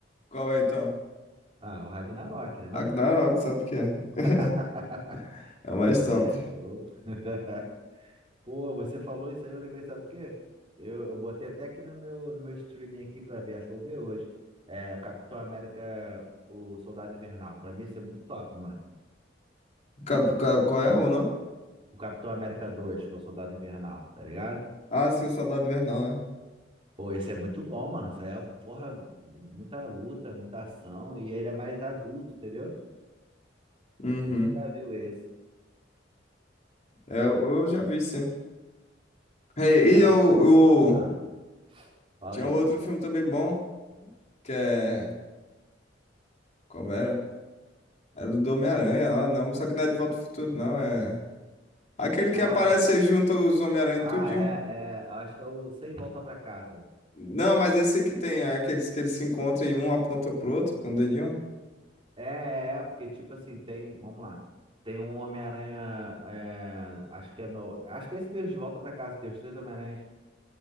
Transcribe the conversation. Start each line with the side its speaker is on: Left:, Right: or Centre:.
Left: Qual é, então?
Right: Ah, o Ragnarok, né, não?
Left: Ragnarok, sabe o que é? <laughs>
Right: <laughs>
Left: É o
Right: Pô,
Left: mais
Right: aquilo
Left: top.
Right: ali é show. <laughs> Pô, você falou isso aí, eu lembrei, sabe o quê? Eu, eu botei até aqui no meu, no meu streaming aqui pra ver, acho que eu vou ver hoje. É, Capitão América, o Soldado Invernal. Pra mim, isso é muito top, mano.
Left: Ca- ca- Qual é o nome?
Right: O Capitão América 2 que é o Soldado Invernal, tá ligado?
Left: Ah, sim, o Soldado Invernal, né?
Right: Pô, esse é muito bom, mano. Isso aí é, porra, muita luta, muita ação. E ele é mais adulto, entendeu? Não
Left: Uhum.
Right: sei se tu já viu esse.
Left: É, eu já vi, sim. E,
Right: Agora
Left: e eu,
Right: só.
Left: eu-
Right: Ah, fala
Left: Tinha
Right: aí.
Left: um outro filme também bom, que é... Como era? Era do Homem-Aranha, ah, não. Só que não é De Volta ao Futuro, não. É... Aquele que
Right: Ah,
Left: aparece junto os Homem-Aranha
Right: ah,
Left: tudinho.
Right: é, é. Acho que é o Sem Volta Pra Casa.
Left: Não, mas esse que tem aqueles que eles se encontram e um aponta pro outro com o dedinho.
Right: É, é, porque tipo assim, tem, vamos lá, tem um Homem-Aranha, é, acho que é no, acho que é esse mesmo, de Volta pra Casa, que tem os três Homem-Aranhas,